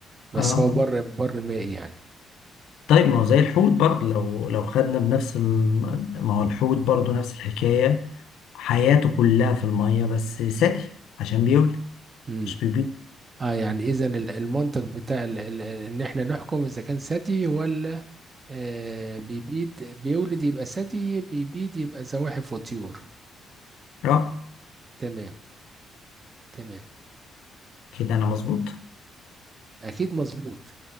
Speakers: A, on the right; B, on the left.
A: بس
B: اه
A: هو بر بر مائي يعني
B: طيب ما هو زي الحوت برضه لو لو خدنا بنفس الم... ما هو الحوت برضه نفس الحكاية حياته كلها في المية بس ثدي عشان بيولد
A: امم
B: مش بيبيض
A: اه يعني اذا ال- المنطق بتاع ال- ال- ال- ان احنا نحكم اذا كان ثدي ولا آه بيبيد بيولد يبقى ثدي بيبيد يبقى زواحف وطيور
B: اه
A: تمام تمام
B: كده انا مظبوط
A: اكيد مظبوط